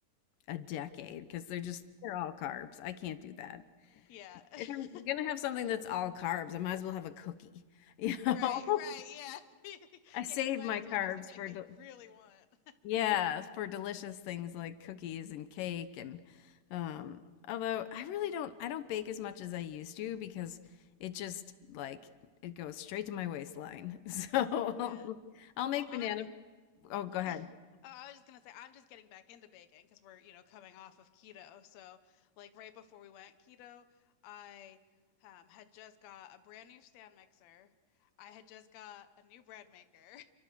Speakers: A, on the left (about 80°); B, on the left (about 60°).
A: a decade because 'cause they're just they're all carbs. I can't do that.
B: Yeah. <laughs>
A: If I'm gonna have something that's all carbs, I might as well have a cookie, <laughs> you
B: Right,
A: know?
B: right, yeah. <laughs>
A: I save
B: Yeah, you might
A: my
B: as
A: carbs
B: well have something
A: for
B: that
A: the
B: you really want. <laughs>
A: yeah, for delicious things like cookies and cake and, um, although I really don't I don't bake as much as I used to because it just, like, it goes straight to my waistline. <laughs> So,
B: Yeah.
A: um, I'll make
B: Well, I
A: banana Oh, go
B: <laughs>
A: ahead.
B: Oh, I was just gonna say I'm just getting back into baking because we're, you know, coming off of keto. So, like right before we went keto, I um, had just got a brand new stand mixer. I had just got a new bread maker.